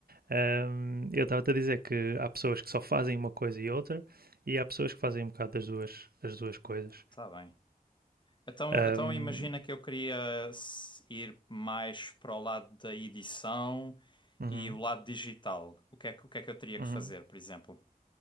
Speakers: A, on the right (about 75°); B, on the left (about 30°).
A: Ahm, eu estava-te a dizer que há pessoas que só fazem uma coisa e outra, e há pessoas que fazem um bocado das duas, as duas coisas.
B: Está bem. Então,
A: Ahm,
B: então imagina que eu queria s- ir mais para o lado da edição
A: uhum,
B: e o lado digital. O que é que, o que é que eu teria
A: uhum,
B: que fazer, por exemplo?